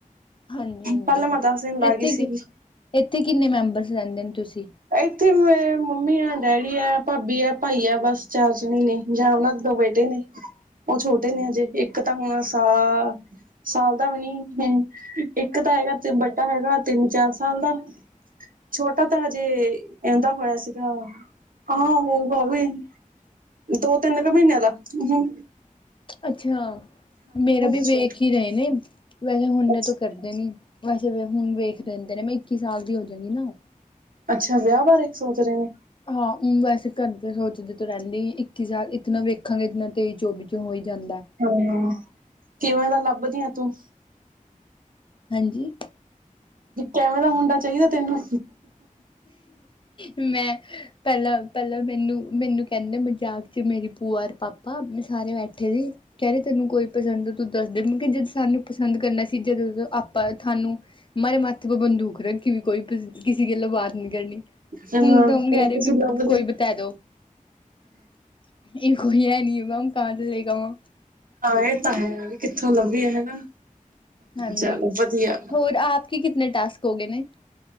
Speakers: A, on the left (about 35°); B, on the right (about 80°).
A: ਹਾਂਜੀ-ਹਾਂਜੀ,
B: ਪਹਿਲਾਂ ਮੈਂ ਦਸ ਦਿਨ ਲਾ
A: ਇੱਥੇ
B: ਗਈ ਸੀਗੀ
A: ਕਿ ਇੱਥੇ ਕਿੰਨੇ ਮੈਂਬਰਸ ਰਹਿੰਦੇ ਨੇ ਤੁਸੀਂ?
B: ਇੱਥੇ ਮੇ ਮੰਮੀ ਐ, ਡੈਡੀ ਐ, ਭਾਬੀ ਐ, ਭਾਈ ਆ ਬਸ ਚਾਰ ਜਣੇ ਨੇ ਜਾਂ ਉਹਨਾਂ ਦੇ ਦੋ ਬੈ ਟੇ ਨੇ ਉਹ ਛੋਟੇ ਨੇ ਅਜੇ ਇੱਕ ਤਾਂ ਹੁਣ ਸਾ-ਸਾਲ ਦਾ ਵੀ ਨੀ ਇੱਕ ਤਾਂ ਹੈਗਾ ਵੱਡਾ ਹੈਗਾ ਤਿੰਨ ਚਾਰ ਸਾਲ ਦਾ ਛੋਟਾ ਤਾਂ ਹੈ ਜੇ ਇੰਦਾ ਹੋਇਆ ਸੀਗਾ, <unintelligible> ਦੋ ਤਿੰਨ ਕੁ ਮਹੀਨਿਆਂ ਦਾ ਹ।
A: ਅੱਛਾ, ਮੇਰਾ ਵੀ
B: ਛੋਟ
A: ਵੇਖ ਹੀ ਰਹੇ ਨੇ, ਵੈਸੇ ਹੁਣੇ
B: ਅੱਛਾ
A: ਤ ਕਰ ਨ ਵੈਸੇ ਹੁਣ ਵੇਖ ਦਿੰਦੇ ਨੇ ਮੈਂ ਇੱਕੀ ਸਾਲ ਦੀ ਹੋ ਜਾਣੀ ਨਾ
B: ਅੱਛਾ, ਵਿਆਹ ਬਾਰੇ ਸੋਚ ਰਹੇ ਨੇ?
A: ਹਾਂ, ਵੈਸੇ ਕਰਦੇ ਸੋਚਦੇ ਤਾਂ ਰਹਿੰਦੇ ਇੱਕੀ ਸਾਲ ਇਤਨਾ ਵੇਖਾਂਗੇ ਇਤਨਾ ਤੇਈ ਚੌਵੀ ਚੋਂ ਹੋ ਹੀ ਜਾਂਦਾ।
B: ਹੁੰ, ਕਿਵੇਂ ਦਾ ਲੱਭਦੀ ਆ ਤੂੰ?
A: ਹਾਂਜੀ।
B: ਕੈਵੇ ਦਾ ਮੁੰਡਾ ਚਾਹੀਦਾ ਤੈਨੂੰ?
A: ਮੈਂ ਪਹਿਲਾਂ ਪਹਿਲਾਂ ਮੈਨੂੰ ਮੈਨੂੰ ਕਹਿੰਦੇ ਮਜ਼ਾਕ ਚ ਮੇਰੀ ਪੂਆ ਔਰ ਪਾਪਾ ਸਾਰੇ ਬੈਠੇ ਸੀ, ਕਹਿ ਰੇ ਤੈਨੂੰ ਕੋਈ ਪਸੰਦ ਤੂੰ ਦੱਸਦੇ, ਮੈਂ ਕਹਿ ਜਦੋਂ ਸਾਨੂੰ ਪਸੰਦ ਕਰਨਾ ਸੀ ਜਦੋਂ ਆਪਾਂ ਥਾਨੁ ਮਾਰੇ ਮਾਥੇ ਪੇ ਬੰਦੂਕ ਰੱਖੀ ਵੀ ਕੋਈ ਕਿਸ-ਕਿਸੇ ਗੇਲੇ ਬਾਤ ਨਹੀਂ ਕਰਨੀ
B: ਹਾਂ
A: ਤਾਂ
B: ਹੁਣ
A: ਹਮ ਕਹਿ ਰਹੇ
B: ਤੁਸੀਂ
A: ਵੀ
B: ਲੱਬਦੇ
A: ਕੋਈ ਬਤਾ ਦੋ <unintelligible>
B: ਹਾਂ, ਇਹ ਤਾਂ ਹੈ ਵੀ ਕਿੱਥੋਂ ਲੱਭਿਏ ਹਨਾ।
A: ਹਾਂਜੀ
B: ਚੱਲੋ ਵਧੀਆ।
A: ਹੋਰ ਆਪ ਕੇ ਕਿਤਨੇ ਟਾਸਕ ਹੋ ਗਏ ਨੇ